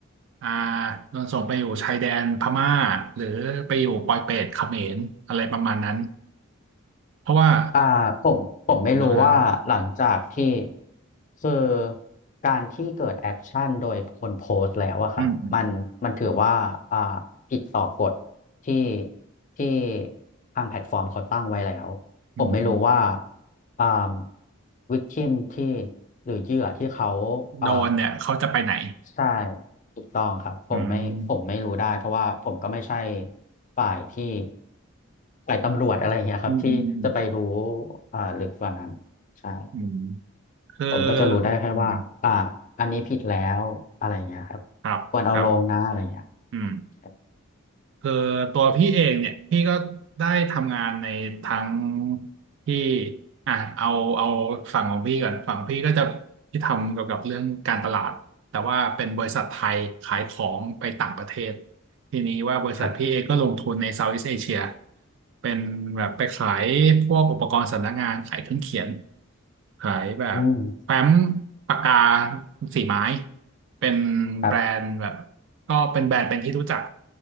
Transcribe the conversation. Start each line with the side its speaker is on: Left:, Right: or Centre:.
Right: อ่าโดนส่งไปอยู่ชายแดนพม่าหรือไปอยู่ปอยเปตเขมรอะไรประมาณนั้นเพราะว่า
Left: อ่าผมผมไม่รู้ว่าหลังจากที่
Right: เดี๋ยวนะ
Left: คือการที่เกิดแอคชั่นโดยคนโพสต์แล้วอะครับมันมันถือว่าอ่า
Right: อืมอืม
Left: ผิดต่อกฎที่ที่ทางแพลตฟอร์มเขาตั้งไว้แล้ว
Right: อืมอืม
Left: ผมไม่รู้ว่าอ่าวิกทิมที่หรือเหยื่อที่เขา
Right: โดนเนี่ยเขาจะไปไหน
Left: อ่า ใช่ถูกต้องครับผมไม่ผมไม่รู้ได้เพราะว่าผมก็ไม่ใช่
Right: อืม
Left: ฝ่ายที่ฝ่ายตำรวจอะไรเงี้ยครับที่จะไปรู้
Right: อืมอืมอืม
Left: อ่าลึกกว่านั้นใช่
Right: อืม คือ
Left: ผมก็จะรู้ได้แค่ว่าอ่าอันนี้ผิดแล้วอะไรเงี้ยครับ
Right: อืมอืมครับ
Left: ควรเอาลงนะอะไรเงี้ย
Right: ครับอืม
Left: ค
Right: คือตัวพี่เองเนี่ยพี่ก็ได้ทำงานในทั้งที่อ่ะเอาเอาฝั่งของพี่ก่อนฝั่งพี่ก็จะพี่ทำเกี่ยวกับเรื่องการตลาดแต่ว่าเป็นบริษัทไทยขายของไปต่างประเทศทีนี้ว่าบริษัทพี่เองก็ลงทุนในเซาท์อีสต์เอเชีย
Left: รับ
Right: เป็นแบบไปขายพวกอุปกรณ์สำนักงานขายเครื่องเขียนขายแบบแฟ้ม
Left: อืม
Right: ปากกาสีไม้เป็น
Left: ครับ
Right: แบรนด์แบบก็เป็นแบรนด์เป็นที่รู้จัก